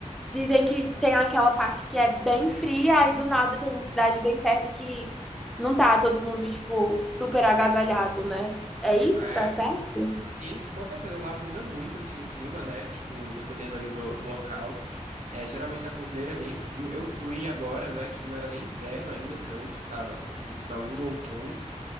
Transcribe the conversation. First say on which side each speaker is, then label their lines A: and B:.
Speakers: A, in the centre; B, on the right (about 75°).
A: dizem que tem aquela parte que é bem fria, aí do nada tem uma cidade bem perto que não tá todo mundo, tipo, super agasalhado, né? É isso?
B: É.
A: Tá certo?
B: Sim, sim, com certeza. Lá muda muito, assim, o clima, né? Tipo, dependendo ali do, do local. É, geralmente na cordilheira é bem frio. Eu fui agora, né, que não era nem inverno ainda tanto, tava no finalzinho do outono.